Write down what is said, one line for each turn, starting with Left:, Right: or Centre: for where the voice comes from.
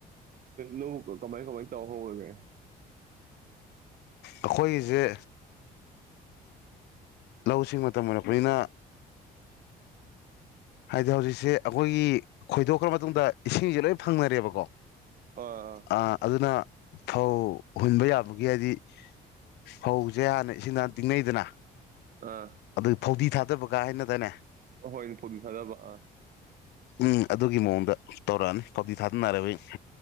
Right: ꯂꯦ ꯀꯣ ꯀꯃꯥꯏ ꯀꯃꯥꯏ ꯇꯧ ꯍꯧꯔꯒꯦ
Left: ꯑꯩꯈꯣꯏꯒꯤꯁꯦ ꯂꯧꯁꯤꯡ ꯃꯇꯝ ꯑꯣꯏꯔꯛꯄꯅꯤꯅ ꯍꯥꯏꯗꯤ ꯍꯧꯖꯤꯛꯁꯦ ꯑꯩꯈꯣꯏꯒꯤ ꯈꯣꯏꯗꯣꯛꯈ꯭ꯔ ꯃꯇꯨꯡꯗ ꯏꯁꯤꯡꯁꯦ ꯂꯣꯏ ꯐꯪꯅꯔꯦꯕꯀꯣ
Right: ꯑꯥ
Left: ꯑ ꯑꯗꯨꯅ ꯐꯧ ꯍꯨꯟꯕ ꯌꯥꯕꯒꯤ ꯍꯥꯏꯗꯤ ꯐꯧꯁꯦ ꯍꯥꯟꯅ ꯏꯁꯤꯡ ꯍꯅ ꯇꯤꯡꯅꯩꯗꯅ
Right: ꯑꯥ
Left: ꯑꯗꯨ ꯐꯧꯗꯤ ꯊꯥ ꯑꯗꯨꯗꯕ ꯀꯥꯏꯅꯗꯅꯦ
Right: ꯍꯣꯏꯅꯦ ꯐꯧꯗꯤ ꯁꯥꯗꯕ ꯑꯥ
Left: ꯎꯝ ꯑꯗꯨꯒꯤ ꯃꯑꯣꯡꯗ ꯇꯧꯔꯛꯑꯅꯤ ꯄꯥꯎꯗꯤꯤ ꯊꯥꯗꯅꯔꯕ